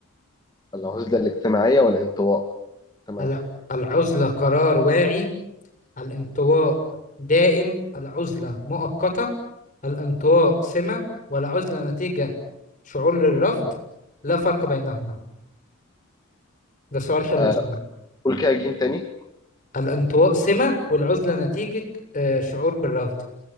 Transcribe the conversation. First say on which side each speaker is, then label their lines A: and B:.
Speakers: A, on the left (about 20°); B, on the left (about 35°).
A: العزلة الاجتماعية والانطواء تمام
B: الع- العزلة قرار واعي الانطواء دائم العزلة مؤقتة الانطواء سمة والعزلة نتيجة شعور للرفض لا فرق بينهما ده سؤال حلو
A: آه
B: اسمه
A: قول كده جيم تاني
B: الانطواء سمة والعزلة نتيجة آه شعور بالرفض